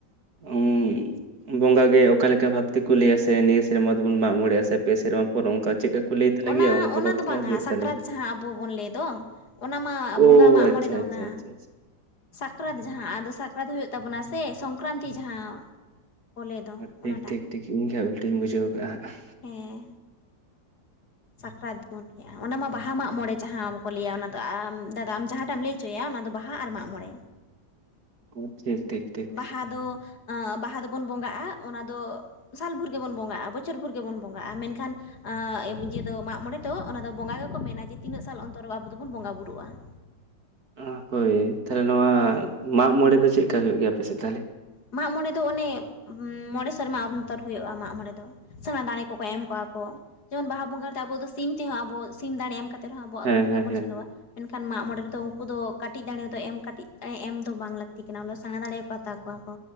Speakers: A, on the right (about 55°); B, on the left (about 60°).
A: ᱩᱸ ᱵᱚᱸᱜᱟ ᱜᱮ ᱚᱠᱟ ᱞᱮᱠᱟ ᱵᱷᱟᱵ ᱛᱮᱠᱚ ᱞᱟᱹᱭᱟ ᱥᱮ ᱱᱤᱭᱟᱹ ᱥᱮᱨᱢᱟ ᱫᱚᱵᱚᱱ ᱢᱟᱜ ᱢᱚᱬᱮ-ᱟ ᱥᱮ ᱯᱮ ᱥᱮᱨᱢᱟ ᱯᱚᱨ ᱚᱱᱠᱟ ᱪᱮᱫᱠᱟ ᱠᱚ ᱞᱟᱹᱭ ᱛᱟᱞᱮ
B: ᱚᱱᱟ
A: ᱜᱮᱭᱟ ᱚᱱᱠᱟ
B: ᱚᱱᱟ
A: ᱵᱷᱟᱵ
B: ᱫᱚ
A: ᱛᱮ
B: ᱵᱟᱝᱟ
A: ᱦᱟᱸᱜ ᱦᱩᱭᱩᱜ
B: ᱥᱟᱠᱨᱟᱛ
A: ᱛᱟᱞᱮᱭᱟ᱾
B: ᱡᱟᱦᱟᱸ ᱟᱵᱚ ᱵᱚᱱ ᱞᱟᱹᱭ ᱫᱚ᱾ ᱚᱱᱟ ᱢᱟ ᱵᱚᱸᱜᱟ
A: ᱳ
B: ᱢᱟᱜ
A: ᱟᱪᱪᱷᱟ
B: ᱢᱚᱬᱮ ᱫᱚ
A: ᱟᱪᱪᱷᱟ
B: ᱚᱱᱟ
A: ᱟᱪᱪᱷᱟ ᱟᱪᱪᱷᱟ
B: ᱥᱟᱠᱨᱟᱛ ᱡᱟᱦᱟᱸ ᱟᱫᱚ ᱥᱟᱠᱨᱟᱛ ᱦᱩᱭᱩᱜ ᱛᱟᱵᱚᱱᱟ ᱥᱮ, ᱥᱚᱝᱠᱨᱟᱱᱛᱤ ᱡᱟᱦᱟᱸ ᱠᱚ ᱞᱟᱹᱭ ᱫᱚ
A: ᱚ ᱴᱷᱤᱠ
B: ᱚᱱᱟᱴᱟᱜ
A: ᱴᱷᱤᱠ ᱴᱷᱤᱠ ᱤᱧ ᱜᱮ ᱦᱟᱸᱜ ᱩᱞᱴᱟᱹᱧ ᱵᱩᱡᱷᱟᱹᱣ ᱠᱟᱜ-ᱟ ᱦᱟᱸᱜ᱾
B: ᱦᱮᱸ ᱥᱟᱠᱨᱟᱛ ᱵᱚᱱ ᱚᱱᱟ ᱢᱟ ᱵᱟᱦᱟ ᱢᱟᱜ ᱢᱚᱬᱮ ᱡᱟᱦᱟᱸ ᱵᱟᱠᱚ ᱞᱟᱹᱭᱟ ᱚᱱᱟᱫᱚ ᱟᱢ ᱫᱟᱫᱟ ᱟᱢ ᱡᱟᱦᱟᱸᱴᱟᱜ ᱮᱢ ᱞᱟᱹᱭ ᱦᱚᱪᱚᱭᱮᱜ-ᱟ ᱚᱱᱟᱫᱚ ᱵᱟᱦᱟ ᱟᱨ ᱢᱟᱜ ᱢᱚᱬᱮ᱾
A: ᱚ ᱴᱷᱤᱠ᱾ ᱴᱷᱤᱠ ᱴᱷᱤᱠ
B: ᱵᱟᱦᱟ ᱫᱚ, ᱮᱸ ᱵᱟᱦᱟ ᱫᱚᱵᱚᱱ ᱵᱚᱸᱜᱟᱜ-ᱟ ᱚᱱᱟ ᱫᱚ ᱥᱟᱞ ᱵᱷᱩᱨ ᱜᱮᱵᱚᱱ ᱵᱚᱸᱜᱟ-ᱟ, ᱵᱚᱪᱷᱚᱨ ᱵᱷᱩᱨ ᱜᱮᱵᱚᱱ ᱵᱚᱸᱜᱟ-ᱟ᱾ ᱢᱮᱱᱠᱷᱟᱱ ᱟ ᱮᱵᱡᱟᱹ ᱫᱚ ᱢᱟᱜ ᱢᱚᱬᱮ ᱛᱚ ᱚᱱᱟᱫᱚ ᱵᱚᱸᱜᱟ ᱜᱮᱠᱚ ᱢᱮᱱᱟ ᱡᱮ ᱛᱤᱱᱟᱹᱜ ᱥᱟᱞ ᱚᱱᱛᱚᱨ ᱟᱵᱚ ᱫᱚ ᱵᱚᱱ ᱵᱚᱸᱜᱟ ᱵᱩᱨᱩᱜ-ᱟ᱾ <inaudible>
A: ᱚ, ᱦᱳᱭ ᱛᱟᱦᱚᱹᱞᱮ ᱱᱚᱣᱟ
B: ᱫᱚ
A: ᱢᱟᱜ ᱢᱚᱬᱮ ᱫᱚ ᱪᱮᱫᱠᱟ ᱦᱩᱭᱩᱜ ᱜᱮᱭᱟ ᱟᱯᱮ ᱥᱮᱫ ᱛᱟᱦᱚᱸᱞᱮ?
B: ᱢᱟᱜ ᱢᱚᱬᱮ ᱫᱚ ᱚᱱᱮ, ᱩᱸ ᱢᱚᱬᱮ ᱥᱮᱨᱢᱟ ᱚᱱᱛᱚᱨ ᱦᱩᱭᱩᱜ-ᱟ ᱢᱟᱜ ᱢᱚᱬᱮ ᱫᱚ᱾ ᱥᱮᱸᱬᱟ ᱫᱟᱲᱮ ᱠᱚᱠᱚ ᱮᱢ ᱠᱚᱣᱟ ᱠᱚ᱾ ᱡᱮᱢᱚᱱ ᱵᱟᱦᱟ ᱵᱚᱸᱜᱟ ᱨᱮ ᱫᱚ ᱟᱵᱚ ᱫᱚ ᱥᱤᱢ ᱛᱮᱦᱚᱸ ᱟᱵᱚ ᱥᱤᱢ ᱫᱟᱲᱮ ᱮᱢ ᱠᱟ ᱛᱮ ᱨᱮᱦᱚᱸ ᱟᱵᱚᱣᱟᱜ
A: ᱦᱮᱸ
B: ᱫᱚ
A: ᱦᱮᱸ
B: ᱵᱚᱸᱜᱟ
A: ᱦᱮᱸ
B: ᱵᱚᱱ ᱪᱷᱤᱸᱰᱟᱹᱣᱟ᱾ ᱢᱮᱱᱠᱷᱟᱱ ᱢᱟᱜ ᱢᱚᱬᱮ ᱨᱮᱫᱚ ᱩᱱᱠᱩ ᱫᱚ ᱠᱟᱹᱴᱤᱡ ᱫᱟᱲᱮ ᱫᱚ ᱮᱢ ᱠᱟᱹᱴᱤᱡ ᱮ ᱮᱢ ᱫᱚ ᱵᱟᱝ ᱞᱟᱹᱠᱛᱤ ᱠᱟᱱᱟ᱾ ᱚᱱᱟ ᱥᱮᱬᱟ ᱫᱟᱲᱮ ᱜᱮ ᱠᱚ ᱦᱟᱛᱟᱣ ᱠᱟᱣᱟ ᱠᱚ᱾